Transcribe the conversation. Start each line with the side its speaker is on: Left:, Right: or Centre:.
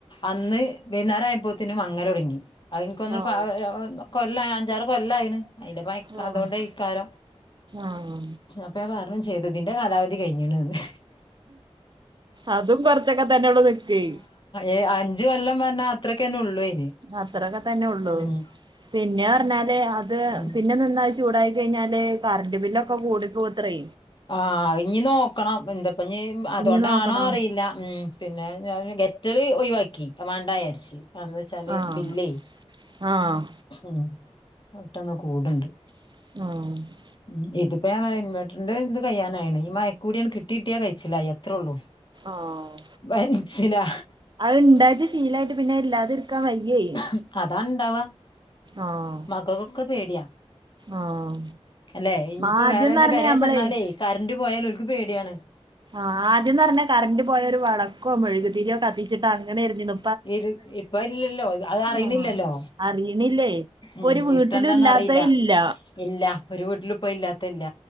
Left: അന്ന് വൈന്നാരം ആയപ്പോത്തിന് മങ്ങല് തൊടങ്ങി അഹ് ഇൻക്ക് തോന്നുണ്
Right: ആഹ്
Left: <unintelligible> കല്ലാ അഞ്ചാറ് കൊല്ലായിണ് അയിന്റെ പഴക്ക
Right: ആഹ്
Left: അതോണ്ട് അയ്ക്കാരം
Right: ആഹ്
Left: അപ്പ ഞാൻ പറഞ്ഞും ചെയ്തു ഇതിന്റെ കാലാവധി കഴിഞ്ഞിണ്ന്ന്
Right: അതും കൊറച്ചൊക്കെ തന്നെള്ളൂ നിക്കെയ്
Left: ഏഹ്‌ അഞ്ചു കൊല്ലം പറഞ്ഞാ അത്രക്കന്നെ ഉള്ളൂ അയിന്
Right: അത്രക്കെ തന്നെ ഒള്ളൂ
Left: ഉം
Right: പിന്നെ ർഞ്ഞാല് അത്
Left: ഉം
Right: പിന്നെ നിന്നാ ചൂടായി കഴിഞ്ഞാല് കറണ്ട് ബില്ലൊക്കെ കൂടിപ്പോവുത്രെ.
Left: ആഹ് ‌അഹ് ഇഞ്ഞി നോക്കണം എന്താപ്പ ഇനി അതുകൊണ്ടാണോ
Right: ഇനി നോക്കണോ
Left: അറിയില്ല ഉം പിന്നെ ഞാൻ ഗെറ്റല് ഒഴിവാക്കി വാണ്ടാ വിചാരിച്ച് ആത് എന്താ വെച്ചാല്
Right: ആഹ്
Left: ബില്ലേ
Right: ആഹ്
Left: ഉം പെട്ടന്ന് കൂട്ണ്ട്
Right: ആഹ്‌
Left: ഉം ഇതിപ്പോ ഞാൻ പറയാ ഇൻവെർട്ടറിന്റെ ഇത് കയ്യാന് ആയിണ് ഈ മയ കൂടിയണ്ട് കിട്ടിട്ടിയാ കഴിച്ചില്ലായി അത്രേ ഉള്ളൂ
Right: ആഹ്‌
Left: വലിച്ചിലാ
Right: അത് ണ്ടായിട്ട് ശീലായിട്ട് പിന്നെ ഇല്ലാതെ ഇരിക്കാൻ വയ്യേ
Left: ഉം അതാണ് ഉണ്ടാവാ
Right: ആഹ്
Left: മക്കക്കൊക്കെ പേടിയാ
Right: ആഹ്
Left: അല്ലെ ഇൻപ്പോ
Right: ആദ്യംന്ന്
Left: വേറെ ഏതേലും
Right: പറഞ്ഞ
Left: പെരേ
Right: നമ്മളെ
Left: ചെന്നാലേ കരന്റ് പോയാൽ ഓൽക്ക് പേടിയാണ്
Right: ആഹ്‌ ആദ്യന്ന് പറഞ്ഞ കറന്റ് പോയാ ഒരു വെളക്കോ മെഴുകുതിരിയോ കത്തിച്ചിട്ട് അങ്ങനെ ഇരുന്നിനു
Left: ഇരു ഇപ്പ ഇല്ലല്ലോ അത് അറിയുന്നില്ലല്ലോ
Right: ആഹ് അറിയണില്ലേ ഇപ്പൊ
Left: ഉം
Right: ഒരു വീട്ടിലും
Left: ഇരുട്ടെന്താന്ന്
Right: ഇല്ലാത്ത
Left: അറിയില്ല
Right: ഇല്ല
Left: ഇല്ല ഒരു വീട്ടിലു ഇപ്പോ ഇല്ലാത്തെ ഇല്ല.